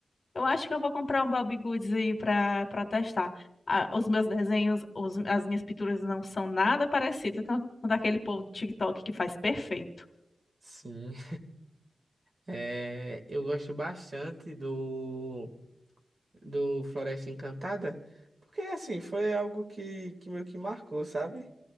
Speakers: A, on the left; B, on the right.
A: Eu acho que eu vou comprar um Bobbie Goods aí pra, pra testar. Ah, os meus desenhos, os- as minhas pinturas não são nada parecidas com, com daquele povo do TikTok que faz perfeito.
B: Sim. É, eu gosto bastante do. do Floresta Encantada, porque assim, foi algo que, que meio que marcou, sabe?